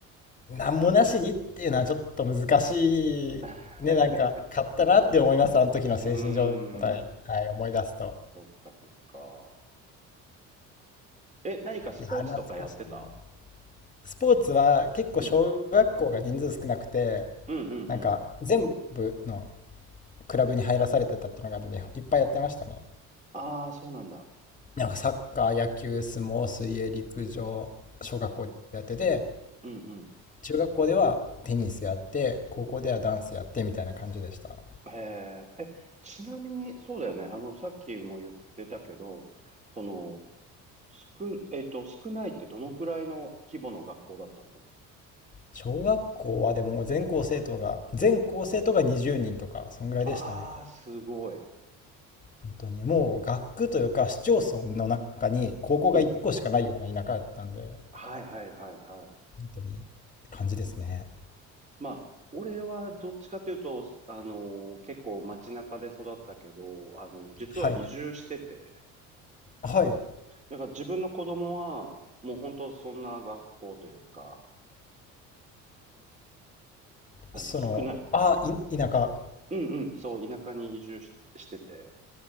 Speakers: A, on the left; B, on the right.
A: なんもなしにっていうのはちょっと難しい、
B: <laughs>
A: ね、なんか、買ったなって思います、あの時の精神状態、
B: うーん、
A: はい、思い出すと。
B: そっかそっか。え、何かスポーツとかやってた
A: いやー、懐かしいな。スポーツは結構小学校が人数少なくて、
B: うん。うんうんうん。
A: なんか全部のクラブに入らされてたっていうのがあるんで、いっぱいやってましたね。
B: ああ、そうなんだ。
A: なんかサッカー、野球、相撲、水泳、陸上、小学校でやってて、
B: うんう
A: 中学校ではテニスやって高校ではダンスやってみたいな感じでした
B: ん。へえ。え、ちなみに、そうだよね。あの、さっきも言ってたけど、その、少、えっと、少ないってどのくらいの規模の学校だったの
A: 小学校はでも全校生徒が全校生徒が20人とかそんぐらいでしたね
B: ああー、すごい。
A: 本当にもう学区というか市町村の中に高校が1個しかないような田舎やったんで本
B: うん。はいはいはいはい。
A: 当に感じですね
B: まあ、俺はどっちかというと、あの、結構街中で育ったけど、あの、実は移住してて、
A: はいはい
B: だから自分の子供は、もう本当そんな学校というか、あの、
A: そのあい田舎
B: 少ない。うんうん、そう、田舎に移住し、してて。